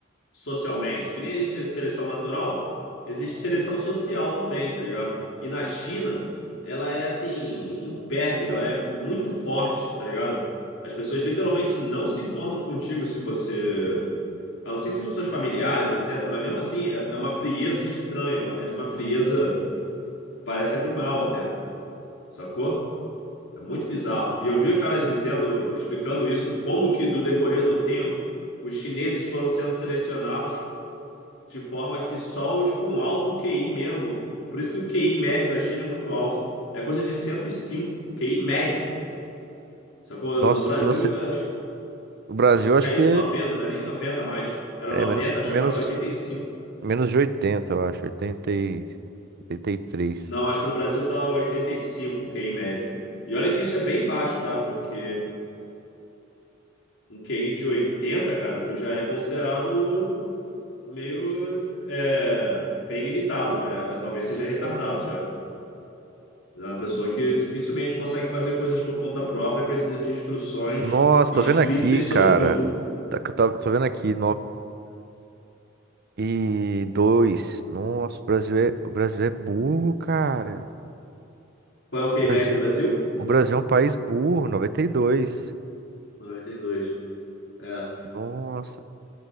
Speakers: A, on the left; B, on the right.
A: socialmente, que nem a gente é seleção natural, existe seleção social também, tá ligado? E na China, ela é assim, imperve, ela é muito forte, tá ligado? As pessoas literalmente não se importam contigo se você. A não ser que sejam seus familiares, etc. Mas mesmo assim, é é uma frieza estranha, é uma- é de uma frieza Parece animal até, sacou? É muito bizarro. E eu vi os caras dizendo, explicando isso, como que do decorrer do tempo os chineses foram sendo selecionados de forma que só os com alto QI mesmo. Por isso que o QI médio da China é muito alto. É coisa de 105 o QI médio. Sacou?
B: Nossa,
A: No Brasil,
B: se você.
A: eu acho, que-
B: O Brasil,
A: acho que
B: acho
A: caiu
B: que
A: de 90, não é nem 90 mais. Era
B: é
A: 90
B: menos,
A: acho
B: menos,
A: que agora tá 85.
B: menos de 80, eu acho. oitenta e- 83.
A: Não, acho que no Brasil tá 85, o QI médio. E olha que isso é bem baixo, tá? Porque um QI de 80, cara, tu já é considerado meio é, bem limitado, já é- talvez seja retardado já. É uma pessoa que dificilmente consegue fazer coisas por conta própria e precisa de instruções
B: Nossa,
A: explícitas
B: tô vendo aqui, cara.
A: sobre tudo.
B: Tá- tá- Tô vendo aqui, 92. Nossa, o Brasil é, o Brasil é burro, cara.
A: Qual é o QI
B: O Brasil,
A: médio do Brasil?
B: o Brasil é um país burro, noventa e dois
A: 92. É,
B: Nossa,